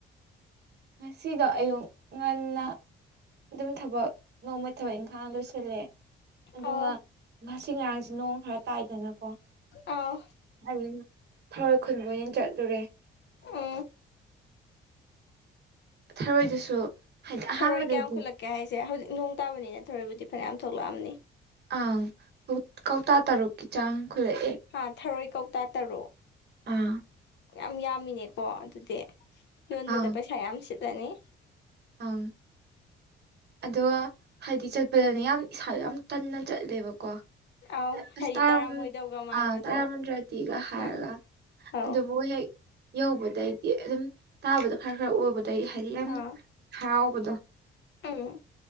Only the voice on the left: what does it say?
ꯑꯥ
ꯑꯥꯎ
ꯎꯝ
ꯊꯔꯣꯏ ꯀꯌꯥꯝ ꯈꯨꯠꯂꯛꯀꯦ ꯍꯥꯏꯁꯦ ꯍꯧꯖꯤꯛ ꯅꯣꯡ ꯇꯥꯕꯅꯤꯅ ꯊꯔꯣꯏꯕꯨꯗꯤ ꯐꯅꯌꯥꯝ ꯊꯣꯛꯂꯛꯑꯝꯅꯤ
ꯍꯥ ꯊꯔꯣꯏ ꯀꯧꯇꯥ ꯇꯔꯨꯛ
ꯌꯥꯝ ꯌꯥꯝꯃꯤꯅꯦꯀꯣ ꯑꯗꯨꯗꯤ ꯌꯣꯟꯕꯗ
ꯄꯩꯁꯥ ꯌꯥꯝ ꯁꯤꯠꯂꯅꯤ
ꯑꯧ
ꯍꯥꯏꯗꯤ
ꯇꯥꯔꯝꯃꯣꯏꯗꯧꯒ ꯃꯥꯟꯕꯗꯣ
ꯑꯪ ꯑꯧ
ꯑꯥ
ꯎꯝ